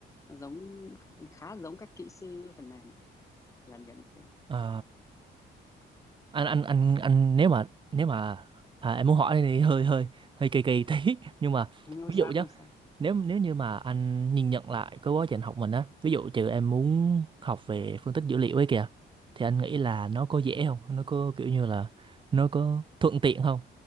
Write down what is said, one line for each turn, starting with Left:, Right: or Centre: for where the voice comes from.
Left: nó giống khá giống các kỹ sư phần mềm gần gần thế
Right: ờ. anh anh anh anh nếu mà nếu mà à, em muốn hỏi này hơi hơi hơi kỳ kỳ tí <laughs> nhưng mà
Left: không
Right: ví
Left: sao
Right: dụ nhá
Left: không sao
Right: nếu nếu như mà anh nhìn nhận lại cái quá trình học mình á ví dụ trừ em muốn học về phân tích dữ liệu ấy kìa thì anh nghĩ là nó có dễ không nó có kiểu như là nó có thuận tiện không